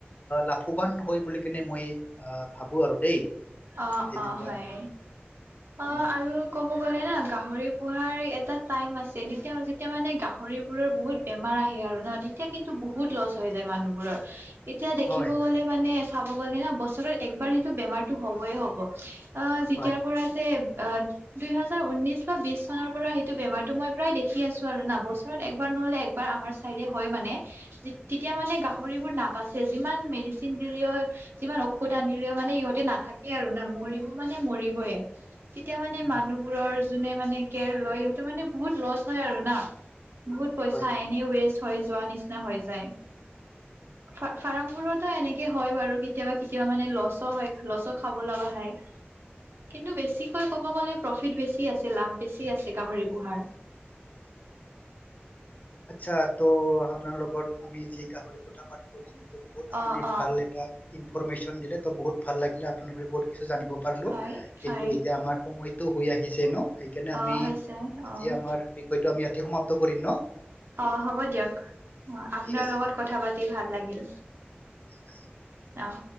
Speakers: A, on the left (about 40°); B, on the right (about 65°).
A: লাভ। ফবান হয় বুলি কেনে মই আহ ভাবো আৰু দেই।
B: অ-অ
A: তেনেকুৱা
B: হয় অ'
A: উম,
B: আৰু ক'ব কলে না গাহৰি পোহাৰ এটা টাইম আছে যেতিয়া যেতিয়া মানে গাহৰি বোৰৰ বহুত বেমাৰ আহে। আৰু ন তেতিয়া কিন্তু বহুত লছ হৈ যায় মানুহবোৰৰ এতিয়া দেখিব
A: হয়
B: গলে মানে চাব গ'লে না বছৰত একবাৰ সেইটো বেমাৰটো হবয়ে হব। অ' যেতিয়াৰ
A: হয়
B: পৰা যে অ দুইহেজাৰ ঊনৈশ বা বিশ চনৰ পৰা সেইটো বেমাৰটো মই প্ৰায় দেখি আছো আৰু না বছৰত একবাৰ। নহলে একবাৰ আমাৰ চাই হয় মানে। তেতিয়া
A: হয়
B: মানে গাহৰিবোৰ নাপাইছে যিমান মেডিচিন দিলেও যিমান ঔষধ আনিলেও মানে ইহঁতে না। থাকে আৰু না মৰিব মানে মৰিবইে তেতিয়া মানে
A: উম
B: মানুহবোৰৰ যো মানে কে লয় সিহটো মানে বহুত লছ হয় আৰু না বহুত পইচা
A: হয়
B: এ। থ যোৱা নিচিনা হৈ যায়। ফাৰ্মবোৰতো এনেকে হয় বাৰু কেতিয়াবা কেতিয়াবা মানে লছ হয়। লছো খাব লগা হয়। কিন্তু বেছিকৈ ক'ব গলে প্ৰফিট বেছি আছে লাভ বেছি আছে গাহৰি পোহাৰ।
A: <inaudible> আচ্ছা ত' আপোনাৰ লগত আমি যি গাহৰি কুটা পাতিলো ন ত বহুত আপুনি
B: অ' অ'
A: ভাল এটা। ইনফৰমেশচন দিলে ত বহুত ভাল লাগিলে আপোনাৰ পৰা বহুত কিছু জানিব পাৰিলো
B: হয়
A: কিন্তু
B: হয়
A: এতিয়া আমাৰ সময়। হৈ আহিছে ন সেইকাৰণে আমি
B: অ' হৈছে অ'
A: আজি আমাৰ বিষয়টো আমি ইয়াতে সমাপ্ত কৰিম ন।
B: অ' হ'ব দিয়ক। অ' আপোনাৰ
A: ঠিক আছে
B: লগত
A: ঠিক
B: কথা পাতি ভাল লাগিল।
A: ঠিক আছে
B: অহ।